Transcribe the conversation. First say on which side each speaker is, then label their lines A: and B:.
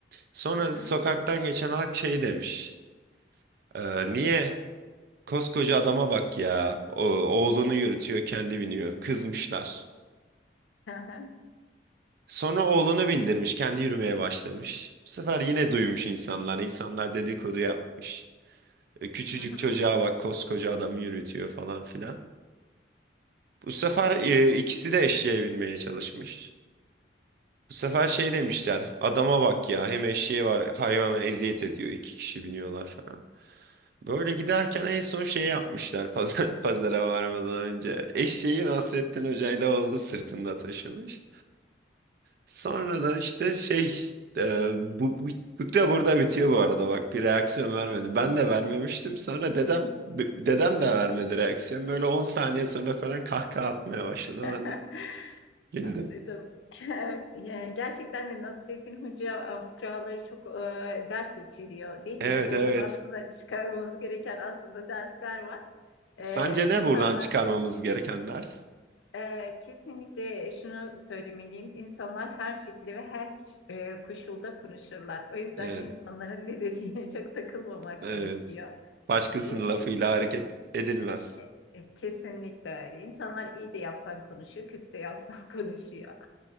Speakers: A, on the right; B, on the left.
A: Sonra
B: Hı hı.
A: sokaktan geçen halk şey demiş. Ee, niye? Koskoca adama bak ya. O, oğlunu yürütüyor, kendi biniyor. Kızmışlar.
B: Hı hı.
A: Sonra oğlunu bindirmiş, kendi yürümeye başlamış. Bu sefer yine duymuş insanlar. İnsanlar dedikodu yapmış. E, Küçücük
B: Hı hı.
A: çocuğa bak, koskoca adamı yürütüyor falan filan. Bu sefer e, ikisi de eşeğe binmeye çalışmış. Bu sefer şey demişler, adama bak ya, hem eşeği var, hayvana eziyet ediyor, iki kişi biniyorlar falan. Böyle giderken en son şey yapmışlar pazar, <laughs> pazara varmadan önce. Eşeği Nasrettin Hoca oldu sırtında taşımış. Sonra da işte şey e, bu, bu fıkra burada bitiyor bu arada bak bir reaksiyon vermedi. Ben de vermemiştim sonra dedem dedem de vermedi reaksiyon. Böyle 10 saniye sonra falan kahkaha atmaya başladı
B: <laughs>
A: ben de güldüm.
B: Anladım. <laughs> Ya, Gerçekten de Nasrettin Hoca e, fıkraları çok e, ders içeriyor değil
A: Evet
B: mi? Burada
A: evet.
B: da aslında çıkarmamız gereken aslında dersler var. E,
A: Sence ne
B: insanlar
A: buradan çıkarmamız gereken ders?
B: Ee, kesinlikle şunu söylemeliyim. İnsanlar her şekilde ve her e, koşulda konuşurlar. O yüzden
A: Evet
B: insanların ne dediğine <laughs> çok takılmamak
A: evet.
B: gerekiyor.
A: Başkasının
B: İyi
A: lafıyla hareket edilmez.
B: e, e, Kesinlikle öyle. İnsanlar iyi de yapsan konuşuyor, kötü de yapsan <laughs> konuşuyor.